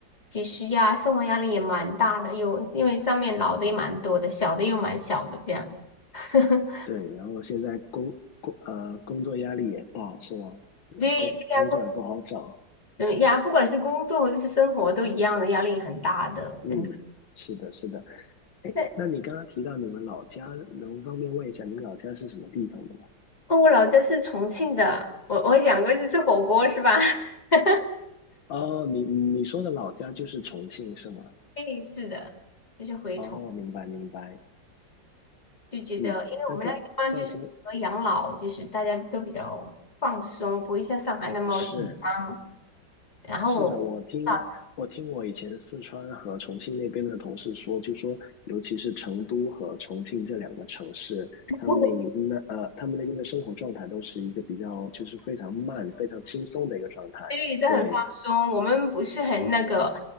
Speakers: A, on the left (about 20°); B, on the left (about 80°).
A: 其实呀，生活压力也蛮大的，又因为上面老的也蛮多的，小的又蛮小的这样。<laughs>
B: 对，然后现在工工呃工作压力也大，是吗？
A: 对对呀，
B: 呃，工工作也不好找。
A: 嗯呀，不管是工作或者是生活都一样的，压力很大的，
B: 嗯，
A: 真的。
B: 是的，是的。哎，
A: 那
B: 那你刚刚提到你们老家，能方便问一下你老家是什么地方的吗？
A: 哦我老家是重庆的，我我讲过去吃火锅是吧？<laughs>
B: 哦，你你说的老家就是重庆是吗？
A: 对，是的，就是回重
B: 哦，明白明白。
A: 就觉得，
B: 嗯，
A: 因为我们那个地方就是适合养老，
B: 那这样这样听
A: 就是大家都比较放松，不会像上海那么紧张。
B: 是。
A: 然后我啊，
B: 是的，我听我听我以前四川和重庆那边的同事说，就说尤其是成都和重庆这两个城市，
A: <laughs>
B: 他们那那呃，他们那边的生活状态都是一个比较就是非常慢、非常轻松的一个状态。
A: 对，都很放松。
B: 对，
A: 我们不是很那个，